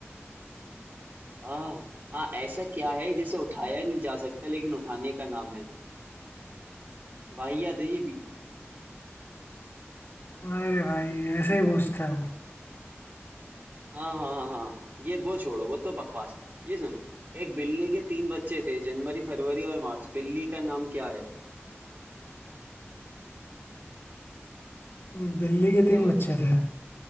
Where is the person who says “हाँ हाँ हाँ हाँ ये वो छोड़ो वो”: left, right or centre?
Right